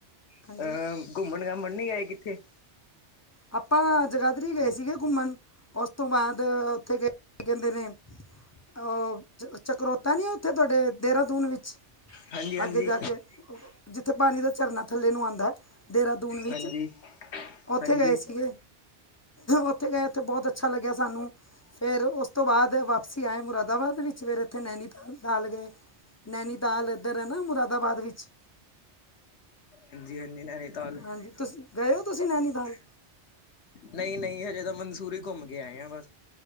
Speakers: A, on the left (about 25°); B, on the left (about 70°).
A: ਹਾਂਜੀ
B: ਅਹ। ਘੁੰਮਣ ਘਮਣ ਨੀ ਗਏ ਕਿੱਥੇ?
A: ਆਪਾਂ ਜਗਾਧਰੀ ਗਏ ਸੀਗੇ ਘੁੰਮਣ, ਉਸ ਤੋਂ ਬਾਅਦ ਉੱਥੇ ਗਏ ਕੀ ਕਹਿੰਦੇ ਨੇ। ਉਹ ਚਕਰੋਤਾ ਨੀ ਆ ਉੱਥੇ ਤੁਹਾਡੇ, ਦੇਹਰਾਦੂਨ ਵਿੱਚ।
B: ਹਾਂਜੀ ਹਾਂਜੀ
A: ਅੱਗੇ ਜਾ ਕੇ, ਜਿੱਥੇ ਪਾਣੀ ਦਾ ਝਰਨਾ ਥੱਲੇ ਨੂੰ ਆਉਂਦਾ ਹੈ, ਦੇਹਰਾਦੂਨ ਵਿੱਚ।
B: ਹਾਂਜੀ ਹਾਂਜੀ ਹਾਂਜੀ
A: ਉੱਥੇ ਗਏ ਸੀਗੇ, ਉੱਥੇ ਗਏ ਉੱਥੇ ਬਹੁਤ ਅੱਛਾ ਲੱਗਿਆ ਸਾਨੂੰ। ਫੇਰ, ਉਸ ਤੋਂ ਬਾਅਦ ਵਾਪਸੀ ਆਏ ਮੁਰਾਦਾਬਾਦ ਵਿੱਚ ਫਿਰ ਇੱਥੇ ਨੈਨੀਤਾਲ ਗਏ। ਨੈਨੀਤਾਲ ਇੱਧਰ ਹੈ ਨਾ, ਮੁਰਾਦਾਬਾਦ ਵਿੱਚ।
B: ਹਾਂਜੀ ਹਾਂਜੀ ਨੈਨੀਤਾਲ।
A: ਹਾਂਜੀ ਤੁਸੀਂ ਗਏ ਹੋ ਤੁਸੀਂ ਨੈਨੀਤਾਲ
B: ਨਹੀਂ ਨਹੀਂ ਹਜੇ ਤਾਂ ਮਨਸੂਰੀ ਘੁੰਮ ਕੇ ਆਏ ਆ ਬਸ।